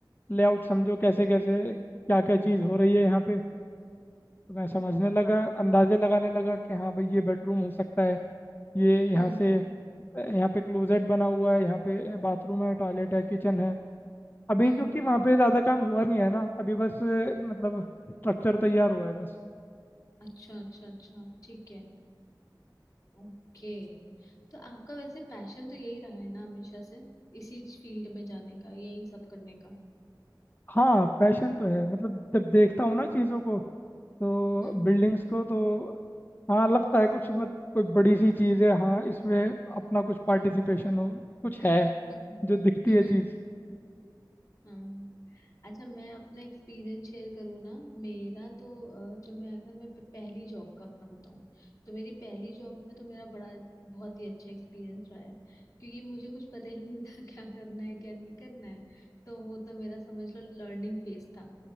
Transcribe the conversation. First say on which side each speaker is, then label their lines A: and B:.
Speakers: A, on the left (about 25°); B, on the left (about 50°).
A: लेआउट समझो कैसे कैसे क्या क्या चीज़ हो रही है यहाँ पे तो मैं समझने लगा अंदाजे लगाने लगा कि हाँ भाई ये बेडरूम हो सकता है ये यहाँ
B: हम्म
A: से यहाँ पे क्लोजेट बना हुआ है यहाँ पे बाथरूम है टॉयलेट है किचन है अभी
B: हम्म।
A: क्योंकि वहाँ पे ज़्यादा काम हुआ नहीं है ना अभी बस अ, मतलब स्ट्रक्चर तैयार हुआ है बस
B: अच्छा अच्छा अच्छा ठीक है ओके तो आपका वैसे पैशन तो यही रहा है ना हमेशा से इसी फील्ड में जाने का यही सब करने का
A: हाँ पैशन तो है मतलब जब देखता हूँ ना चीज़ों को तो
B: हम्म
A: बिल्डिंग्स को तो हाँ लगता है कुछ मत कोई बड़ी सी चीज़ है हाँ इसमें अपना कुछ पार्टिसिपेशन हो कुछ है
B: हम्म
A: जो दिखती
B: हम्म,
A: है चीज़
B: हम्म। अच्छा मैं अपना एक्सपीरियंस शेयर करूँ ना मेरा तो अ, जो मैं अगर मैं प- पहली जॉब का अपना बताऊँ तो मेरी पहली जॉब में तो मेरा बड़ा बहुत ही अच्छा एक्सपीरियंस रहा है क्योंकि मुझे कुछ पता ही नहीं था <laughs> क्या करना है क्या नहीं करना है तो वो तो मेरा समझ लो लर्निंग फेज था